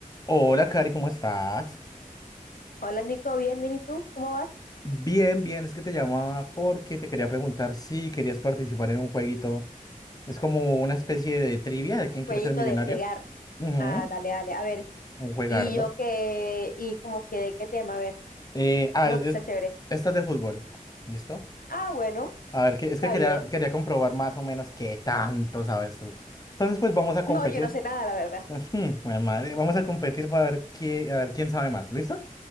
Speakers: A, on the left (about 25°); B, on the left (about 85°).
A: Hola, Cari, ¿cómo estás?
B: Hola Nico, bien, bien, ¿y tú? ¿Cómo vas?
A: Bien, bien, es que te llamaba porque te quería preguntar si querías participar en un jueguito. Es como una especie de trivia de
B: Un
A: quién
B: jueguito
A: quiere ser millonario.
B: de jugar.
A: Ujú,
B: Ah, dale, dale, a ver.
A: un juegardo.
B: ¿Y yo qué? ¿Y como que de qué tema? A ver,
A: Eh, ah,
B: no
A: es,
B: que sea chévere.
A: esta es de fútbol. ¿Listo?
B: Ah, bueno,
A: A ver, que, es
B: está
A: que quería,
B: bien.
A: quería comprobar más o menos qué tanto sabes tú. Entonces, pues vamos a competir.
B: No, yo no sé nada, la verdad.
A: <laughs> Ujú, jue madre, vamos a competir para ver qué, a ver quién sabe más. ¿Listo?